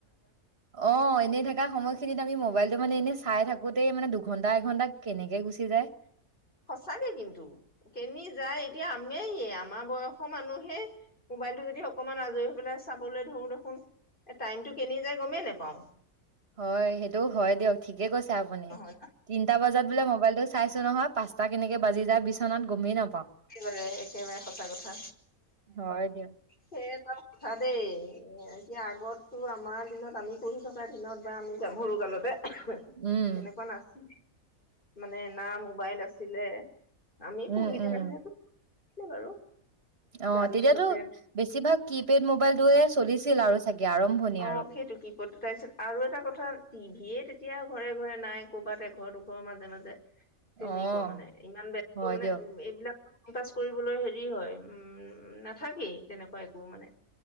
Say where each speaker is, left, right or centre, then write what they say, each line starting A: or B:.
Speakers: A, on the right; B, on the left.
A: অ এনে থকা সময়খিনিত আমি মোবাইল মানে এনেই চাই থাকোতেই মানে দুঘন্টা এঘন্টা কেনেকে গুচি যায়
B: সঁচাকে কিন্তু কেনি যায় এতিয়া আমেইয়ে আমাৰ বয়সৰ মানুহে মোবাইলটো যদি অকমান আজৰি হৈ পেলাই চাবলৈ ধৰো দেখোন টাইমতটো কেনি যায় গমেই নোপাওঁ <unintelligible>
A: হয় সেইটো হয় দিয়ক ঠিকে কৈছে আপুনি
B: নহয়
A: তিনটা বজাত বোলে মোবাইলটো চাইছো নহয় পাঁচটা কেনেকে বাজি যায় বিচনাত গমেই নাপাওঁ।
B: বাৰে একেবাৰে সঁচা কথা
A: হয় দিয়ক,
B: সেই ত কথা দেই এতিয়া আগতো আমাৰ দিনত আমি পঢ়ি থকা দিনত বা আমি যাম সৰু কালতে
A: উম,
B: তেনেকুৱা নাছিল মানে না মোবাইল আছিলে আমি
A: উম,
B: পহি
A: উম,
B: থকাছে <unintelligible> তো ে বাৰু
A: অ
B: তাৰপিছতে
A: তেতিয়াতো বেছিভাগ কি পেড মোবাইল দয়ে আছ চলিছিল আৰু চাগে আৰম্ভণি
B: অ
A: আৰু
B: সেইটো কি তাৰপিছত আৰু এটা কথা টিভিয়ে তেতিয়া ঘৰে ঘৰে নাই কৰ'বাত এ ঘৰ দুঘৰৰ মাজে মাজে
A: অ',
B: তেনেকুৱা মানে ইমান বস্ত
A: হয়
B: মানে
A: দিয়ক।
B: উ এইবিলাক পাছ কৰিবলৈ হেৰি হয় উম নাথাকি তেনেকুৱা একো মানে